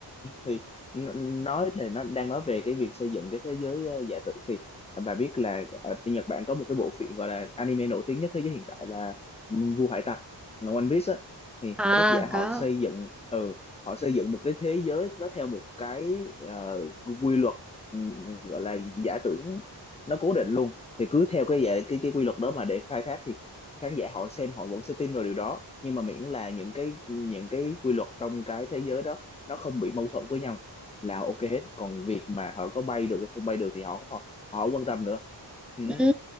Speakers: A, on the left; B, in the centre.
A: thì n- nói thì nó đang nói về cái việc xây dựng cái thế giới ờ, giả tưởng thì ờ, bà biết là ờ, ở bên Nhật Bản có một cái bộ phim gọi là anime nổi tiếng nhất thế giới hiện tại là Vua Hải Tặc là One Piece á thì
B: à
A: tác giả
B: có
A: họ xây dựng ừ họ xây dựng một cái thế giới nó theo một cái ờ, quy luật ừ, gọi là giả tưởng nó cố định luôn thì cứ theo cái dạ- cái cái quy luật đó mà để khai thác thì khán giả họ xem họ vẫn sẽ tin vào điều đó nhưng mà miễn là những cái những cái quy luật trong cái thế giới đó nó không bị mâu thuẫn với nhau là ok hết còn việc mà họ có bay được hay không bay được thì họ họ, họ không quan tâm nữa ừ,
B: ừ.